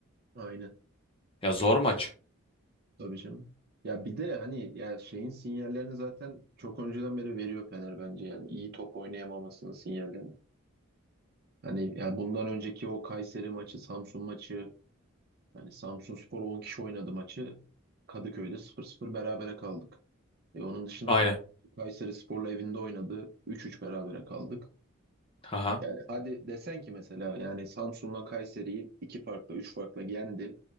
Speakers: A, on the right; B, on the left.
A: Aynen.
B: Ya zor maç.
A: Tabii canım. Ya bir de hani ya şeyin sinyallerini zaten çok önceden beri veriyor Fener bence yani iyi top oynayamamasının sinyallerini. Hani ya bundan önceki o Kayseri maçı, Samsun maçı, yani Samsunspor 10 kişi oynadı maçı. Kadıköy'de sıfır sıfır berabere kaldık. E onun dışında
B: Aynen.
A: Fener Kayseri Spor'la evinde oynadı. üç üç berabere kaldık.
B: Aha.
A: Yani hadi desen ki mesela yani Samsun'la Kayseri'yi iki farkla, üç farkla yendi.